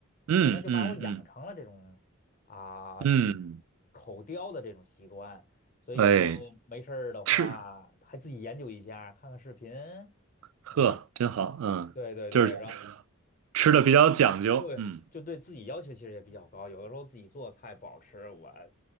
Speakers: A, on the right (about 75°); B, on the left (about 40°).
A: 嗯嗯嗯
B: 可能就把我养成了这种。啊、
A: 嗯，
B: 口叼的这种习惯，所以有时候没事儿的话，
A: 嗯哎，吃
B: 还自己研究一下，看看视频。
A: 呵真好，
B: 哎，
A: 嗯，
B: 对对对，
A: 就是
B: 然后
A: 吃的比较讲究，
B: 然后对，
A: 嗯
B: 就对自己要求其实也比较高，有的时候自己做菜不好吃，我